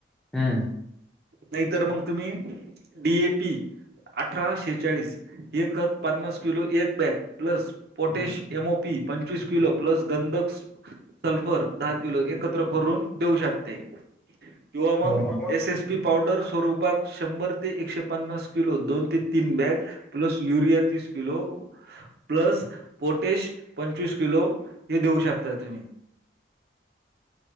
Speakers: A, in the centre; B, on the right.
A: हम्म
B: नाहीतर मग तुम्ही डीए पी अठरा शेचाळीस हे खत पन्नास किलो एक बॅग प्लस पटेश एमओपी पंचवीस किलो प्लस गधक सल्फर दहा किलो एकत्र करून देऊ शकते तिुवा मांग
A: हो हो
B: एस एस पी पावडर स्वरूपात शंभर ते एकशे पन्नास किलो दोन ते तीन बॅग प्लस युरिया तीस किलो प्लस पोटेश पंचवीस किलो हे देऊ शकता तुम्ही